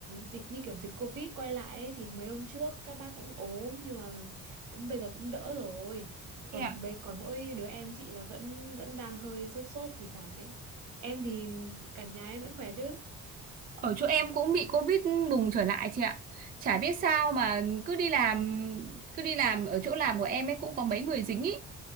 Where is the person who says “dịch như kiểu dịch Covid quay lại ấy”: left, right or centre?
Right